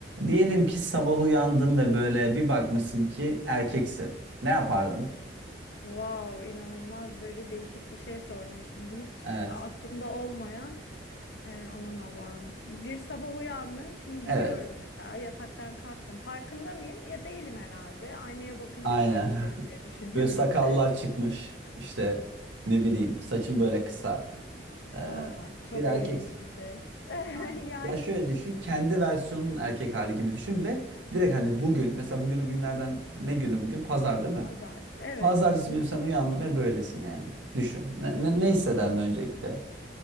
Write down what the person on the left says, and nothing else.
Wow, inanılmaz böyle değişik bir şey sordun şimdi hiç
aklımda olmayan e, aman Allah'ım bir sabah uyandım şimdi gidiyorum
mesela yataktan kalktım farkında mıyım ya değilim herhalde aynaya bakınca
fark ederim diye
düşünüyorum.
<laughs> Aa çok
ilginç bir şey <laughs>
yani
pazar evet.
Hmm.